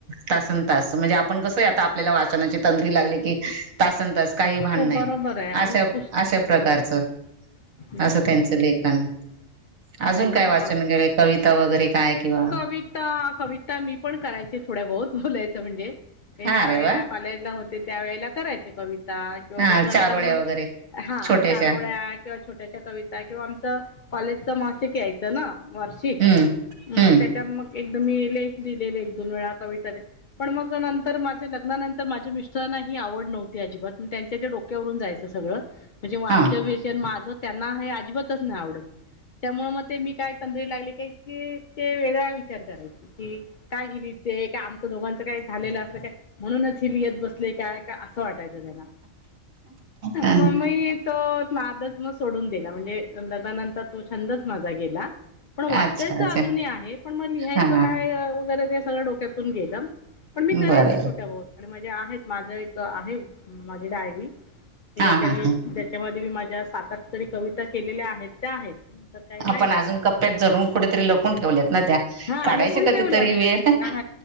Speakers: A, on the right; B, on the left.
A: तासन-तास म्हणजे. आपण कसं आता आपल्याला वाचनाची तद्री लागली की. तास-तास काही भांडण
B: हो
A: नाही.
B: बरोबर आहे आणि
A: अशा-अशा
B: पुस्त
A: प्रकारचं.
B: बरोबर
A: असं त्यांचं लेखन. अजून
B: नाही मला
A: काय वाचन
B: पण
A: केलं कविता वगैरे काय किंवा.
B: कविता कविता मी पण करायची. थोड्या बहुत बोलायचं म्हणजे
A: हा
B: ज्या
A: अरे
B: वेळेला
A: वा
B: कॉलेजला. ते त्या वेळेला करायचे कविता किंवा
A: हा
B: मग
A: चारोळ्या
B: नंतर मग.
A: वगैरे
B: हा
A: छोट्याशा
B: चारोळ्या किंवा छोट्याश्या कविता किंवा आमच कॉलेज वार्षिक यायचं ना वार्षिक.
A: हम्म हम्म
B: एकदम मी लेख दिलेले. एक-दोन-वेळा कविताने. पण मग नंतर माझ्या लग्नानंतर माझे मिस्टर. तेना ही आवड नव्हती अजिबात. मग त्यांच्या डोक्यावरून जायचं सगळंच. म्हणजे वाचन
A: हा
B: वीषय माझं. त्यांना हे अजिबातच नाही आवडत. त्यामुळे मग ते मी काय तंदुरी लागली की. ते काय की ते वेगळा विचार करायचे. कि काय गेली ते काम. दोघांच काय झाल अस का. म्हणूनच ही लिहित बसले काय. वाटायचं त्यांना.
A: अ,
B: मग मी तो. नादच मग सोडून दिला. म्हणजे लग्नानंतर तो छंदच माझा गेला. पण वाचायचं
A: अच्छा अच्छा
B: अजूनही आहे. पण मग लिहायचं
A: हा
B: काय वगैरे ते सगळं डोक्यातून गेलं. पण मी करायचे.
A: बरं
B: छोट बहुत आणि म्हणजे आहेत माझं एक आहेत माझी डायरी. मी
A: हा
B: त्या्याच्यामध्ये
A: हा हा
B: मी माझ्या सात-आठ तरी कविता केलेल्या आहेत. त्या आहेत. काही नाही
A: आपण
B: बघितलं.
A: अजून कप्प्यात जरून कुठेतरी लपून ठेवल्यात ना त्या
B: हा. आ.
A: काढायच्या
B: लपवून पण
A: कधीतरी
B: ठेवलं.
A: वेळ
B: <inaudible>